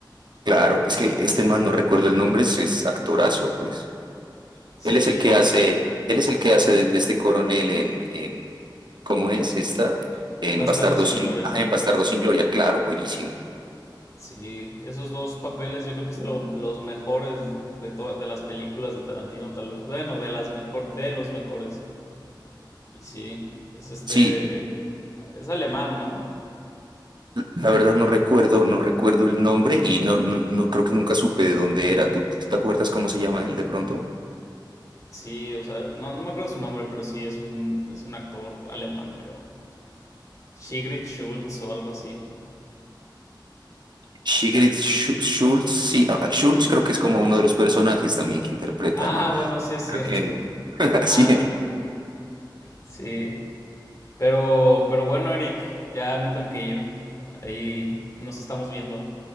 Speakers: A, on the right; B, on the left.
A: Claro, es que este man, no recuerdo el nombre, es, es actorazo, pues.
B: Sí,
A: Él es el
B: en
A: que
B: la...
A: hace, él es el que hace de, de este coronel en, en, ¿cómo es esta? En
B: Bastardo
A: Bastardo
B: sin
A: sin,
B: Gloria.
A: ah, en Bastardo sin Gloria, claro, buenísimo.
B: Sí, esos dos papeles yo creo que es de lo- los mejores de to- de las películas de Tarantino, tal vez. Bueno, de las mejor de los mejores. Y sí, es este
A: Sí,
B: es alemán, ¿no?
A: La verdad no recuerdo, no recuerdo el nombre y no, no, no- creo que nunca supe de dónde era. ¿Tú, tú te acuerdas cómo se llama él de pronto?
B: Sí, o sea, no, no me acuerdo su nombre, pero sí es un es un actor alemán, creo. Sigrid Schultz o algo así.
A: Sigrid Schu- Schultz, sí, ah, ah, Schultz creo que es como uno de los personajes también que interpreta,
B: Ah,
A: ¿no?
B: bueno, sí es
A: Creo
B: cierto.
A: que él.
B: <laughs>
A: <laughs> Así.
B: Ah, sí. Pero pero bueno, Eric, ya me tengo que ir. Ahí nos estamos viendo.